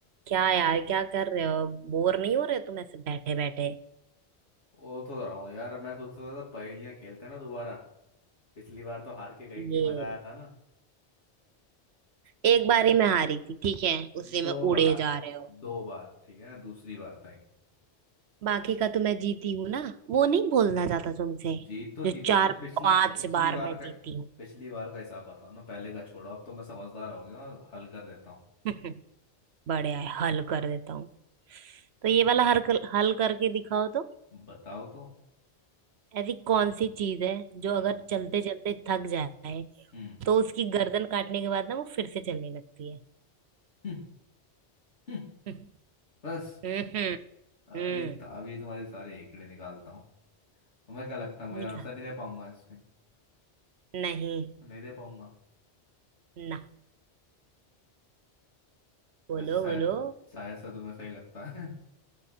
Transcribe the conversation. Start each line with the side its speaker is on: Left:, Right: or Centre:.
Right: क्या यार क्या कर रहे हो बोर नहीं हो रहे तुम ऐसे बैठे बैठे
Left: वो तो रहा हूँ यार मैं सोचता था पहेलियां खेलते हैं ना दोबारा पिछली बार तो हार के गई
Right: ये
Left: थी मजा आया था ना
Right: एक बारी मैं हारी थी ठीक है उसी
Left: दो
Right: में उड़े
Left: बार
Right: जा रहे हो
Left: दो बार ठीक है ना दूसरी बार था ये।
Right: बाकी का तो मैं जीती हूँ ना वो नहीं बोलना चाहता तुमसे
Left: जीत तो जीत
Right: जो चार
Left: होती है पिछली
Right: पांच
Left: पिछली
Right: बार
Left: बार
Right: मैं जीती
Left: का
Right: हूँ
Left: पिछली बार का हिसाब बताओ ना पहले का छोड़ो अब तो मैं समझदार हो गया और हल कर देता हूँ
Right: <laughs> बढ़िया है हल कर देता हूँ तो ये
Left: अच्छा
Right: वाला हल कर, हल करके दिखाओ तो
Left: बताओ तो
Right: ऐसी कौन सी चीज है जो
Left: हम्म
Right: अगर चलते चलते थक जाए
Left: हम्म
Right: तो उसकी गर्दन काटने के बाद ना वो फिर से चलने लगती है
Left: हम्म, हम्म,
Right: <laughs>
Left: बस
Right: हम्म हम्म
Left: अभी
Right: हम्म,
Left: अभी तुम्हारी सारी हेकड़े निकालता हूँ तुम्हें क्या लगता है मुझे
Right: निकाल
Left: आंसर नहीं दे पाऊंगा इसमें
Right: नहीं
Left: नहीं दे पाऊंगा
Right: ना बोलो
Left: ऐसे शायद
Right: बोलो
Left: शायद से तुम्हें सही लगता है